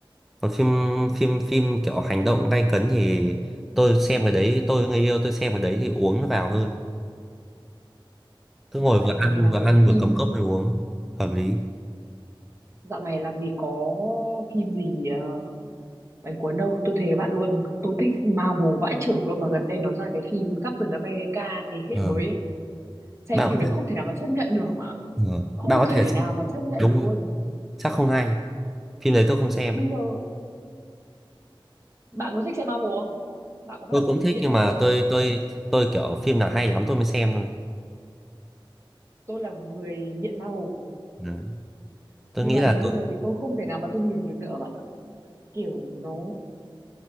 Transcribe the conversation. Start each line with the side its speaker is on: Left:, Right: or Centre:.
Centre: còn phim phim phim kiểu hành động gay cấn thì tôi xem cái đấy tôi với người yêu tôi xem cái đấy thì uống nó vào hơn cứ
Right: dạo
Centre: ngồi vừa
Right: này
Centre: ăn
Right: làm
Centre: vừa
Right: gì
Centre: ăn
Right: có
Centre: vừa
Right: phim
Centre: cầm cốc rồi uống hợp lý
Right: dạo này làm gì có phim gì ờ, bánh cuốn đâu tôi thề bạn luôn tôi thích Marvel vãi chưởng luôn mà gần đây nó ra cái phim Captain America thế hệ
Centre: ờ
Right: mới ấy. xem
Centre: bạn
Right: phim
Centre: có
Right: đấy
Centre: thể,
Right: không thể nào mà chấp nhận được
Centre: ờ,
Right: không
Centre: bạn có
Right: thể
Centre: thể xem
Right: nào mà chấp nhận
Centre: đúng
Right: được
Centre: rồi
Right: luôn
Centre: chắc không hay phim đấy tôi không xem
Right: bây giờ bạn có thích xem Marvel không bạn có
Centre: tôi
Right: phải một
Centre: cũng
Right: người
Centre: thích
Right: nghiện
Centre: nhưng
Right: Marvel
Centre: mà tôi
Right: không
Centre: tôi tôi kiểu phim nào hay lắm tôi mới xem thôi
Right: tôi là một người nghiện Marvel
Centre: đấy. tôi
Right: nhưng
Centre: nghĩ
Right: mà
Centre: là
Right: đến
Centre: tôi,
Right: bây giờ thì tôi không thể nào mà tôi ngửi được nữa bạn ạ kiểu nó